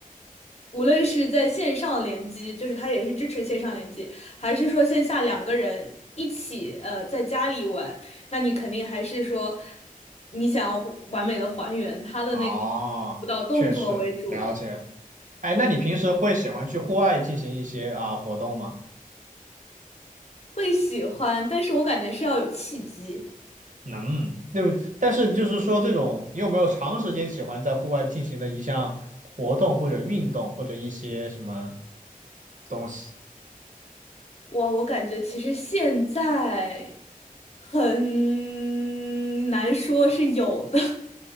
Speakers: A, on the left; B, on the right.
A: 无论是在线上联机，就是它也是支持线上联机，还是说线下两个人一起呃在家里玩，那你肯定还是说你想要还完美的还原它的那个
B: 哦，
A: 舞蹈动作为主的，
B: 确实了解。哎，那你平时会喜欢去户外进行一些啊、活动吗？
A: 会喜欢，但是我感觉是要有契机。
B: 能，对，但是就是说，这种你有没有长时间喜欢在户外进行的一项活动或者运动或者一些什么东西？
A: 哇，我感觉其实现在很难说是有的，